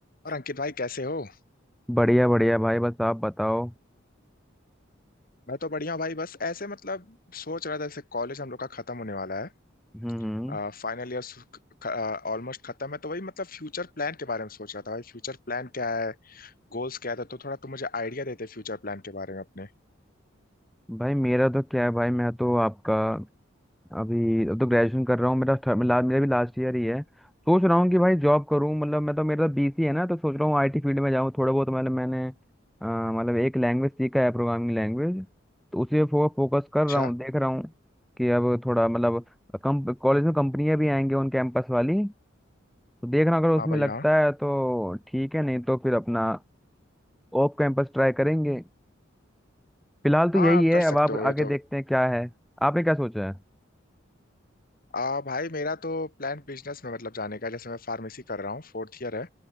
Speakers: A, on the left; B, in the centre.
A: और अंकित भाई कैसे हो
B: बढ़िया बढ़िया भाई बस आप बताओ
A: मैं तो बढ़िया हूँ भाई बस ऐसे मतलब सोच रहा था जैसे कॉलेज हम लोग का खत्म होने वाला
B: हम्म
A: है
B: हम्म।
A: फाइनल ईयर ऑलमोस्ट खत्म है तो वही मतलब फ्यूचर प्लान के बारे में सोच रहा था भाई फ्यूचर प्लान क्या है गोल्स क्या था तो तो थोड़ा तुम मुझे आइडिया देते फ्यूचर प्लान के बारे में अपने
B: भाई मेरा तो क्या है भाई मैं तो आपका अभी अब तो ग्रेजुएशन कर रहा हूँ मेरा थर्ड- ला, मेरा भी लास्ट ईयर ही है सोच रहा हूँ कि भाई जॉब करूँ मतलब मैं तो मेरा तो बीसी है ना तो सोच रहा हूँ आईटी फील्ड में जाऊँ थोड़ा बहुत मतलब मैंने अ, मतलब एक लैंग्वेज सीखा है प्रोग्रामिंग लैंग्वेज तो उसी पे फो, फोकस कर
A: अच्छा
B: रहा हूँ देख रहा हूँ कि अब थोड़ा मतलब कम कॉलेज में कंपनियाँ भी आएंगी ऑन कैंपस वाली तो देखना अगर उसमें
A: हाँ भाई
B: लगता
A: हाँ
B: है तो ठीक है नहीं तो फिर अपना ऑफ कैंपस ट्राई करेंगे फिलहाल तो
A: हाँ
B: यही
A: आप
B: है
A: कर सकते
B: अब आप
A: हो
B: आगे
A: ये तो
B: देखते हैं क्या है आपने क्या सोचा है
A: आ, भाई मेरा तो प्लान बिजनेस में मतलब जाने का है। जैसे मैं फार्मेसी कर रहा हूँ फोर्थ ईयर है